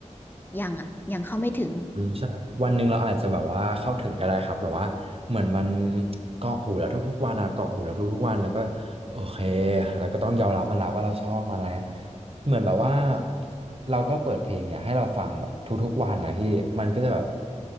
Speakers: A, on the left (about 15°); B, on the right (about 50°).
A: ยังอะยังเข้าไม่ถึง
B: อืมใช่วันหนึ่งเราอาจจะแบบว่าเข้าถึงก็ได้ครับแบบว่าเหมือนมันเกาะหูแล้วทุกๆวันอะเกาะหูแล้วทุกๆวันแล้วก็โอเคแล้วก็ต้องยอมรับมันแล้วว่าเราชอบมันนะเหมือนแบบว่าเราก็เปิดเพลงเนี่ยให้เราฟังแบบทุกๆวันนะพี่มันก็จะแบบ